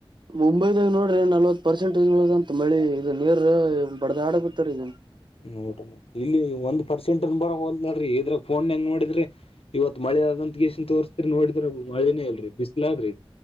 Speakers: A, on the right (about 55°); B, on the left (about 80°).
A: ಒಂಬೈದಾಗ ನೋಡ್ರಿ ನಲ್ವತ್ ಪರ್ಸೆಂಟಜ್ೋಂತ ಮಳಿ ಇದ ನೀರ್ ಬಡದ ಆಡಗುತ್ತರಿ ಇದ
B: ನೋಡ ಇಲ್ಲಿ ಒಂದ್ ಪರ್ಸೆಂಟ್ನ್ ಬರಲ್ ್ರಿ ಇದ್ರಾಗ ಫೋನ್ ಹೆಂಗ್ ನೋಿದ್ರಿ ಇವತ್ಳೆ ಆದಂತ ಗಸನ್ ತೋರ್ತರಿ ನೋಡ್ರ ಮಳನೇ ಇಲ್ರೀ ಬಿಸ್ಲಾದ್ರಿ